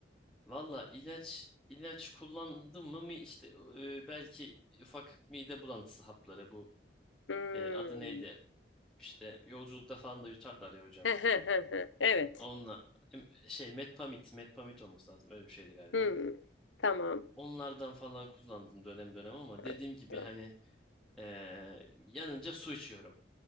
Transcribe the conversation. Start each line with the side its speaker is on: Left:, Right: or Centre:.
Centre: Valla ilaç ilaç kullandım mı mi işte e, belki ufak mide bulantısı hapları bu
Left: Hmm.
Centre: e, adı neydi? İşte yolculukta falan da yutarlar ya hocam.
Left: Heh, heh, heh, heh. Evet.
Centre: Onunla em, şey Metpamit, Metpamit olması lazım. Öyle bir şeydi galiba.
Left: Hmm. Tamam.
Centre: Onlardan falan kullandım dönem dönem ama dediğim
Left: Anladım.
Centre: gibi hani eee, yanınca su içiyorum.